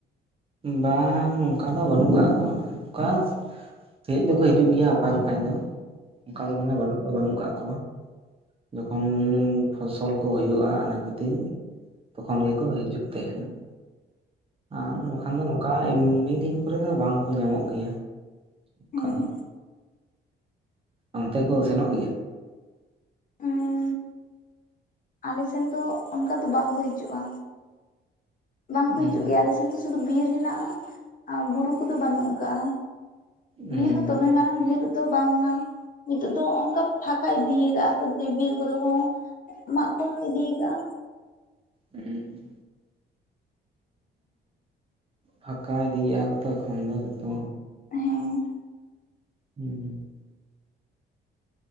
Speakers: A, on the right; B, on the left.
A: ᱵᱟᱝ ᱚᱝᱠᱟ ᱫᱚ ᱵᱟᱹᱱᱩᱜ ᱠᱟᱜ ᱠᱚᱣᱟ, ᱚᱠᱟᱥ ᱦᱮᱡ ᱫᱚᱠᱚ ᱦᱤᱡᱩᱜ ᱜᱮᱭᱟ ᱚᱠᱟ ᱡᱚᱠᱷᱟᱡ ᱫᱚ, ᱚᱱᱠᱟ ᱫᱚ ᱢᱟᱱᱮ ᱵᱟᱹᱱᱩᱜ ᱫᱚ ᱵᱟᱹᱱᱩᱜ ᱠᱟᱜ ᱠᱚᱣᱟ᱾ ᱡᱚᱠᱷᱚᱱ ᱯᱷᱚᱥᱚᱞ ᱠᱚ ᱦᱳᱭᱳᱜᱼᱟ ᱟᱱᱟᱪ ᱯᱟᱹᱛᱤ, ᱛᱚᱠᱷᱚᱱ ᱜᱮᱠᱚ ᱦᱤᱡᱩᱜ ᱛᱟᱸᱦᱮᱱᱟ ᱾ ᱟᱨ ᱵᱟᱠᱷᱟᱱ ᱫᱚ ᱱᱚᱝᱠᱟ ᱮᱢᱱᱤ ᱫᱤᱱ ᱠᱚᱨᱮᱫᱚ ᱵᱟᱝᱠᱚ ᱧᱟᱢᱚᱜ ᱜᱮᱭᱟ᱾ ᱚᱱᱠᱟ
B: ᱦᱩᱸ
A: ᱫᱚ ᱚᱱᱛᱮ ᱠᱚ ᱥᱮᱱᱚᱜ ᱜᱮᱭᱟ?
B: ᱩᱸᱻ ᱟᱞᱮ ᱥᱮᱱ ᱫᱚ ᱚᱱᱠᱟ ᱫᱚ ᱵᱟᱝ ᱠᱚ ᱦᱤᱡᱩᱜᱼᱟ᱾ ᱵᱟᱝ ᱠᱚ
A: ᱦᱩᱸ
B: ᱦᱤᱡᱩᱜ ᱜᱮᱭᱟ ᱟᱞᱮ ᱥᱮᱱ ᱫᱚ ᱥᱩᱫᱷᱩ ᱵᱤᱨ ᱦᱮᱱᱟᱜᱼᱟ ᱟᱨ ᱵᱩᱨᱩ ᱠᱚᱫᱚ ᱵᱟᱹᱱᱩᱜ ᱠᱟᱜᱼᱟ᱾
A: ᱦᱩᱸ
B: ᱵᱤᱨ ᱫᱚᱢᱮ ᱢᱟᱨᱟᱝ ᱵᱤᱨ ᱫᱚ ᱵᱟᱝ ᱠᱟᱱᱟ ᱱᱤᱛᱚᱜ ᱫᱚ ᱚᱱᱠᱟ ᱯᱷᱟᱸᱠ ᱠᱷᱟᱡ ᱵᱤᱨ ᱵᱤᱨ ᱠᱚᱫᱚ ᱠᱚ ᱢᱟᱜ ᱠᱚᱢ ᱤᱫᱤ ᱠᱟᱜᱼᱟ᱾
A: ᱦᱩᱸ ᱯᱷᱟᱠᱟ ᱤᱫᱤᱭᱮᱼᱟ ᱠᱚ ᱛᱚ ᱮᱠᱷᱚᱱ ᱫᱚ ᱡᱚᱛᱚ
B: ᱦᱮᱸ
A: ᱦᱩᱸ